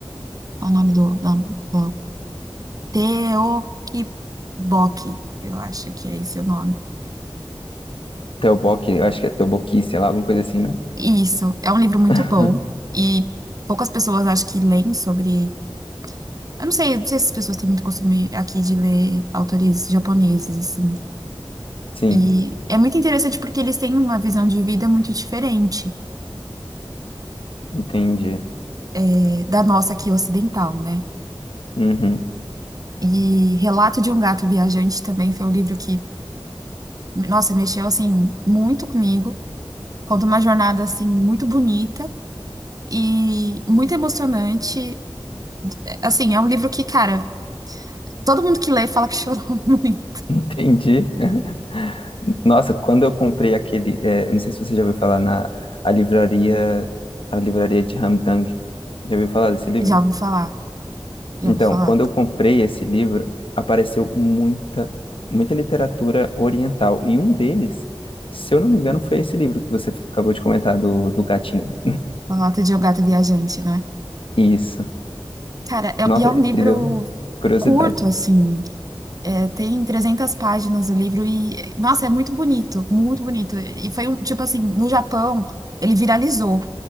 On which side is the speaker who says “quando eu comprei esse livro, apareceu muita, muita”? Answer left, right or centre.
Left